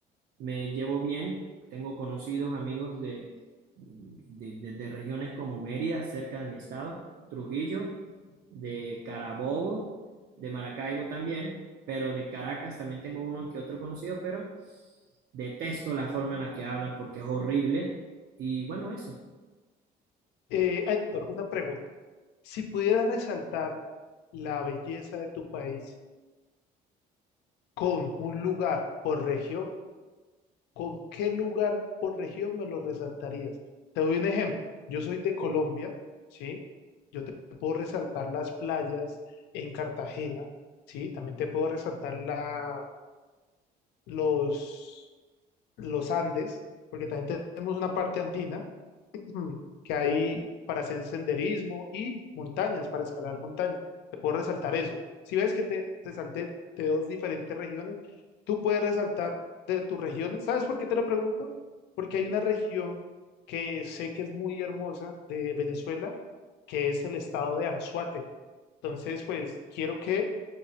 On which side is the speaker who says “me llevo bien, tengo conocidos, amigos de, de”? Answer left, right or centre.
Right